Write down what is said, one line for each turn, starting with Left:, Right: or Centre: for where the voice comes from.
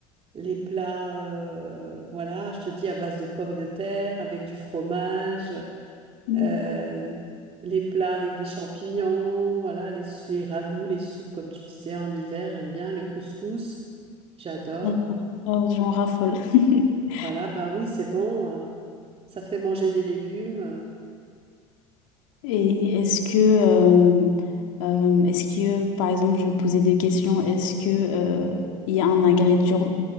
Right: les plats, euh, voilà, je te dis, à base de pommes de terre, avec du fromage,
Left: Mhm.
Right: euh, les plats avec des champignons, voilà, les, les ragoûts, les soupes, comme tu disais, en hiver, j'aime bien. Le couscous, j'adore.
Left: Euh, euh, j'en raffole. <laughs>
Right: Voilà, bah oui, c'est bon, euh, ça fait manger des légumes. euh.
Left: Et est-ce que, euh, euh, est-ce que, par exemple, je vais te poser deux questions. Est-ce que, euh, il y a un ingrédient